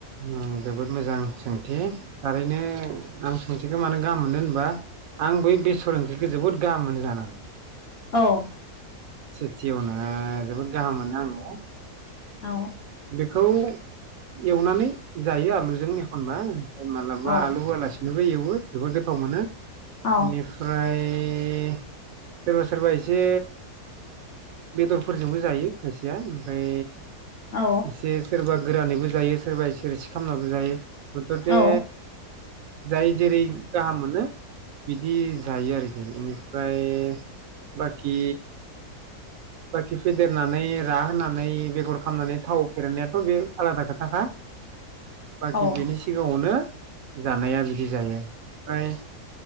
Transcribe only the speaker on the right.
ओ जोबोद मोजां सोंथि थारैनो आं सोंथिखौ मानो गाहाम मोनो होनबा आं बै बेसर ओंख्रिखौ जोबोद गाहाम मोनो जानानै।
सेथियावनो जोबोद गाहाम मोनो आंङो आ बे
बेखौ एवनानै जायो आलुजों एखनबा माला बा
आलु होआलासि बेनोबो एवो जबोर गोथाव मोनो
बेनिफ्राय <unintelligible> सोरबा सोरबा एसे बेदरफोरजोंबो जायो खायसेया ओमफ्राय
एसे सोरबा गोरानैबो जायो सोरबा इसे इसे खालामनाबो जायो मथथे
जाय जेरै गाहाम मोनो बिदि जायो आरोखि इनिफ्राय बाखि बाखि फेदेरनानै रा होनानै बेगर खालामनानै थाव फेरनायाथ बे आलादा खोथाखा बाखि
बेनि सिगांङावनो जानाया बिदि जायो ओफ्राय